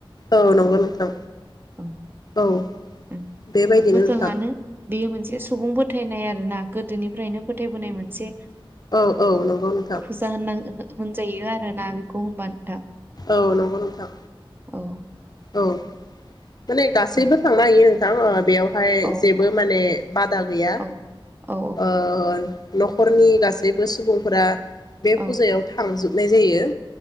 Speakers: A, on the left; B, on the right.
A: औ नंगौ नोंथां
B: औ
A: औ
B: ओं
A: बेबायदिनो
B: मोजाङानो
A: नोंथां।
B: बेयो मोनसे सुबुं फोथायनाय आरो ना गोदोनिफ्रायनो फोथायबोनाय मोनसे।
A: औ औ नंगौ नोंथां।
B: फुजा होननां होनजायो आरोना बेखौ होनबा नोंथां।
A: औ नंगौ नोंथां‌।
B: औ
A: औ माने गासैबो
B: औ
A: थांनो हायो नोंथां बेयावहाय
B: औ
A: जेबो माने। बादा गैया
B: औ औ
A: ओ न'खरनि गासैबो सुबुंफोरा। बे
B: औ
A: फुजायाव थांजोबनाय जायो।